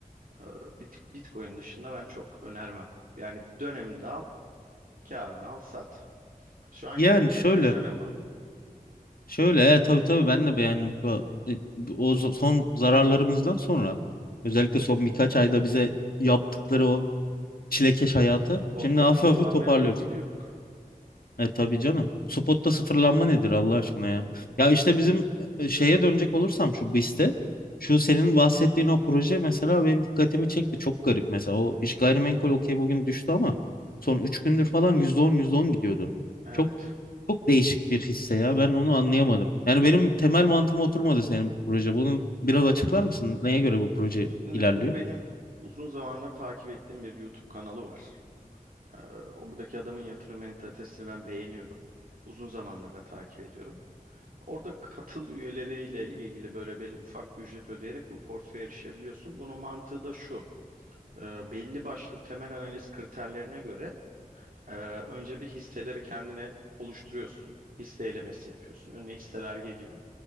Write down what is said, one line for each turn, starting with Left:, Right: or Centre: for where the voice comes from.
Right: e, Bit- Bitcoin dışında ben çok önermem. Yani döneminde al, karını al, sat. Şu anki
Left: Yani
Right: hareket
Left: şöyle
Right: güzel ama.
Left: Şöyle e, tabii tabii ben de beğendim. Bu- e, bu- O z- son zararlarımızdan sonra özellikle son birkaç ayda bize yaptıkları o çilekeş hayatı
Right: Spot'ta
Left: şimdi hafif
Right: sıfırlanmaya
Left: hafif toparlıyoruz.
Right: doğru gidiyorduk.
Left: E tabii canım. Spotta sıfırlanma nedir Allah aşkına ya? Ya işte bizim e, şeye dönecek olursam şu BIST'e şu senin bahsettiğin o proje mesela benim dikkatimi çekti. Çok garip mesela o iş gayrimenkul okey bugün düştü ama son 3 gündür falan yüzde on yüzde on gidiyordu.
Right: Evet.
Left: Çok çok değişik bir hisse ya. Ben onu anlayamadım. Yani benim temel mantığıma oturmadı senin proje. Bunu biraz açıklar mısın? Neye göre bu proje
Right: Şimdi
Left: ilerliyor?
Right: bu benim uzun zamanlar takip ettiğim bir YouTube kanalı var. Ee, oradaki adamın yatırım mentalitesini ben beğeniyorum. Uzun zamandır da takip ediyorum. Orada katıl üyeleriyle ilgili böyle belli ufak bir ücret ödeyerek bu portföye erişebiliyorsun. Bunun mantığı da şu. Ee, belli başlı temel analiz kriterlerine göre e, önce bir hisseleri kendine oluşturuyorsun. Hisse elemesi yapıyorsun. Önüne hisseler geliyor.